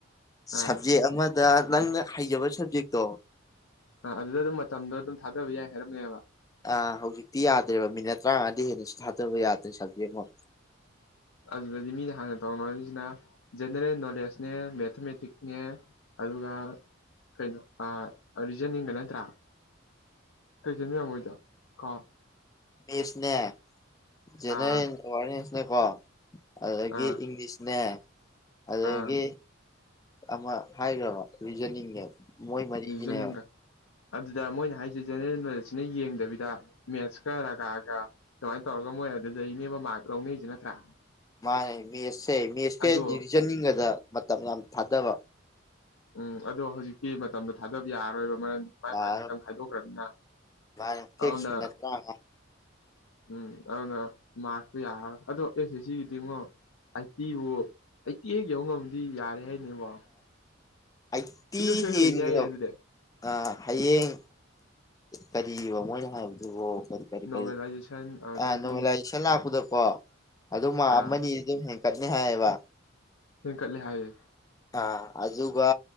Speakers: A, on the left; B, on the left.
A: ꯁꯕꯖꯦꯛ
B: ꯑꯥ
A: ꯑꯃꯗ ꯅꯪꯅ ꯍꯩꯖꯕ ꯁꯕꯖꯦꯛꯇꯣ
B: ꯑ ꯑꯗꯨꯗ ꯑꯗꯨꯝ ꯃꯇꯝꯗꯣ ꯑꯗꯨꯝ ꯊꯥꯗꯕ ꯌꯥꯏ ꯍꯥꯏꯔꯝꯃꯦꯕ
A: ꯑ ꯍꯧꯖꯤꯛꯇꯤ ꯌꯥꯗ꯭ꯔꯦꯕ ꯃꯤꯅꯠ ꯇꯔꯥꯃꯉꯥꯗꯤ ꯍꯦꯟꯅ ꯊꯥꯗꯕ ꯌꯥꯗ꯭ꯔꯦ ꯁꯕꯖꯦꯛ ꯑꯃꯝ
B: ꯑꯗꯨꯗꯗꯤ ꯃꯤꯅ ꯍꯥꯟꯅ ꯇꯧꯔ ꯃꯃꯤꯁꯤꯅ ꯖꯦꯅꯦꯔꯦꯜ ꯅꯣꯂꯦꯖꯅꯦ ꯃꯦꯊꯃꯦꯇꯤꯛꯅꯦ ꯑꯗꯨꯒ ꯀꯩꯅꯣ ꯔꯤꯖꯟꯅꯤꯡꯒ ꯅꯠꯇ꯭ꯔꯥ ꯀꯩꯖꯟ ꯃꯣꯏꯗ ꯀ
A: ꯃꯦꯁꯅꯦ ꯖꯦꯅꯔꯦꯜ
B: ꯑꯥ
A: ꯑꯦꯋꯥꯔꯅꯦꯁꯅꯦ ꯀꯣ ꯑꯗꯒꯤ
B: ꯑꯥ
A: ꯏꯪꯂꯤꯁꯅꯦ ꯑꯗꯒꯤ
B: ꯑꯥ
A: ꯑꯃ ꯍꯥꯏꯈ꯭ꯔꯕ ꯔꯤꯖꯅꯤꯡꯅꯦ ꯃꯣꯏ ꯃꯔꯤꯒꯤꯅꯦꯕ
B: ꯔꯤꯖꯅꯤꯡꯒ ꯑꯗꯨꯗ ꯃꯣꯏꯅ ꯍꯥꯏ ꯁꯤ ꯖꯦꯅꯔꯦꯜ ꯅꯣꯂꯦꯖꯁꯤꯅ ꯌꯦꯡꯗꯕꯤꯗ ꯃꯦꯠꯁꯀ ꯔꯒꯥꯒ ꯁꯨꯃꯥꯏꯅ ꯇꯧꯔꯒ ꯃꯣꯏ ꯑꯗꯨꯗꯩꯅꯦꯕ ꯃꯥꯔꯛ ꯂꯧꯅꯩꯁꯦ ꯅꯠꯇ꯭ꯔꯥ
A: ꯃꯥꯅꯦ ꯃꯦꯠꯁꯁꯦ ꯃꯦꯠꯁꯀ
B: ꯑꯗꯣ
A: ꯔꯤꯖꯅꯤꯡꯒꯗ ꯃꯇꯝ ꯌꯥꯝ ꯊꯥꯗꯕ
B: ꯎꯝ ꯑꯗꯣ ꯍꯧꯖꯤꯛꯇꯤ ꯃꯇꯝꯗꯣ ꯊꯥꯗꯕ ꯌꯥꯔꯔꯣꯏꯕ ꯃꯔꯝꯗꯤ ꯃꯥꯏ
A: ꯌꯥꯔꯔꯣꯏ
B: ꯃꯥꯏ ꯃꯇꯝ ꯈꯥꯏꯗꯣꯛꯈ꯭ꯔꯕꯅꯤꯅ
A: ꯚꯥꯏ ꯇꯦꯛꯁ
B: ꯑꯗꯨꯅ
A: ꯃꯤꯅꯠ ꯇꯔꯥꯃꯉꯥ
B: ꯎꯝ ꯑꯗꯨꯅ ꯃꯥꯔꯛꯇꯣ ꯌꯥꯔꯔꯣ ꯑꯗꯣ ꯑꯦꯁ ꯑꯦꯁ ꯁꯤꯒꯤꯗꯤꯡꯉꯣ ꯑꯩꯠꯇꯤꯕꯨ ꯑꯩꯠꯇꯤ ꯍꯦꯛ ꯌꯧ ꯉꯝꯗꯤ ꯌꯥꯔꯦ ꯍꯥꯏꯅꯦꯕꯣ
A: ꯑꯩꯠꯇꯤ
B: ꯁꯨꯡꯁꯣꯏ ꯁꯣꯏꯗꯕꯤꯅꯤ
A: ꯍꯦꯟꯒ
B: ꯍꯥꯏꯌꯦ ꯑꯗꯨꯗꯤ
A: <unintelligible> ꯑ ꯍꯌꯦꯡ ꯀꯔꯤꯕ ꯃꯣꯏꯅ ꯍꯥꯏꯕꯗꯨꯕꯣ ꯀꯔꯤ
B: ꯅꯣꯔꯃꯦꯂꯥꯏꯖꯦꯁꯟ
A: ꯀꯔꯤ
B: ꯑꯗꯨꯗꯩꯗꯤ
A: ꯑ ꯅꯣꯃꯦꯂꯥꯏꯖꯦꯁꯟ ꯂꯥꯛꯄꯗꯀꯣ ꯑꯗꯨꯝ ꯃꯥꯛ
B: ꯑꯥ
A: ꯑꯃꯅꯤ ꯗꯤ ꯑꯗꯨꯝ ꯍꯦꯟꯀꯠꯅꯤ ꯍꯥꯏꯌꯦꯕ
B: ꯍꯦꯟꯀꯠꯂꯦ ꯍꯥꯏꯌꯦ
A: ꯑ ꯑꯗꯨꯒ